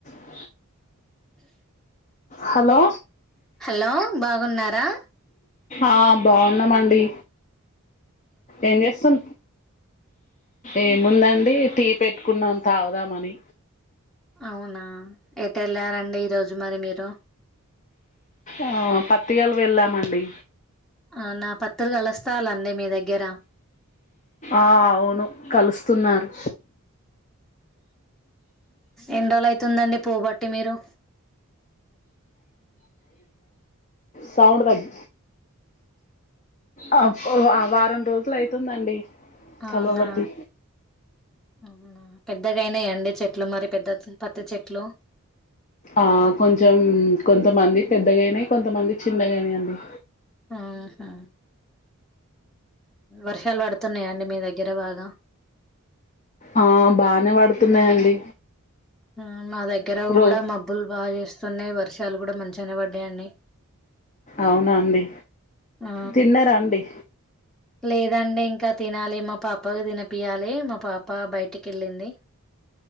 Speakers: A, on the left; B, in the centre.
A: హ hello
B: hello బాగున్నారా
A: ఆ బాగున్నామండి ఏం చేస్తుం ఏముందండి టీ పెట్టుకున్నాం తాగుదామని
B: అవునా ఎట వెళ్ళారండి ఈ రోజు మరి మీరు
A: ఆ పత్తిికలు వెళ్ళామండి
B: అవునా పతిరిగలు కలుస్తాలండి మీ దగ్గర
A: ఆ అవును కలుస్తున్నారు
B: ఎన్ రోజలు అయితుందండి పోబట్టి మీరు?
A: సౌండ్ తగ్ ఆ ఓ ఆ వారం రోజులు అయితుందండి.
B: అవునా
A: కలవబట్టి
B: అవునా పెద్దగైనయా అండి చెట్లు మరి పెద్ద పత్త చెట్లు?
A: ఆ కొంచెం కొంతమంది పెద్దగైనయ్ కొంతమంది చిన్నగైనయ్ అండి.
B: ఆహా వర్షాలు పడుతున్నాయ అండి మీ దగ్గర బాగ?
A: ఆ బానే పడుతున్నాయండి.
B: ఆ మా దగ్గర
A: రో
B: కూడ మబ్బులు బా చేస్తున్నయి వర్షాలు కూడ మంచిగనే పడ్డయండి.
A: అవునాండి.
B: ఆ
A: తిన్నారా అండి?
B: లేదండి ఇంక తినాలి. మా పాపకు తినపియాలి, మా పాప బయటికి వెళ్ళింది.